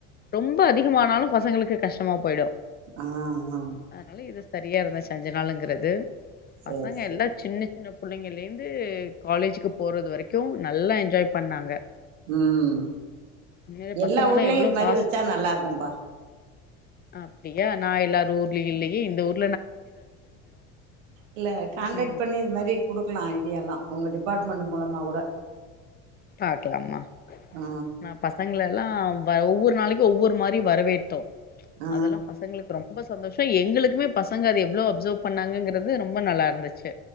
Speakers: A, on the left; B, on the right.
A: ரொம்ப அதிகமானாலு பசங்களுக்கு கஷ்டமா போயிடு
B: ஆ அதா
A: அதனால இது சரியா இருந்துச்சு அஞ்சு நாளுங்குறது பசங்க
B: சரி சரி
A: எல்லா சின்ன சின்ன புள்ளைங்கலந்து காலேஜ்க்கு போறது வரை க்கு நல்லா என்ஜாய் பண்ணாங்க
B: ம்
A: உண்மைலே
B: எல்லா
A: பசங்கல்லா
B: ஊர்லயு
A: எவ்ளோ
B: இது மாரி
A: பாஸ்
B: வெச்சா நல்லா இருக்கும்ப்பா
A: அப்டியா நா எல்லார் ஊர்ல இல்லயே இந்த ஊர்
B: இல்ல கான்டாக்ட்
A: ம்
B: பண்ணி இது மாரி குடுக்கலா ஐடியா எல்லா உங்க டிபார்ட்மெண்ட் மூலமா கூட
A: பாக்கலாமா
B: ஆ
A: நா ஃபர்ஸ் பசங்கள எல்லா ஒவ்வொரு நாளைக்கு ஒவ்வொரு மாரி வரவேற்த்தோ
B: ஆ
A: அதெல்லா பசங்களுக்கு ரொம்ப சந்தோஷோ எங்களுக்குமே பசங்க அது எவ்ளோ அப்சர்வ் பண்ணாங்கங்கறது ரொம்ப நல்லா இருந்துச்சு